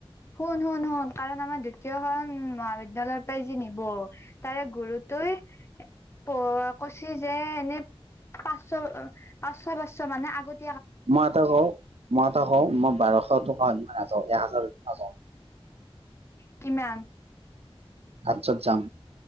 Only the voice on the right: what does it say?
মই এটা কওঁ, মই এটা কওঁ। মই বাৰশ টকা হলি নাযাওঁ এক হাজাৰ হলি নাযাওঁ।
আঠছত যাম।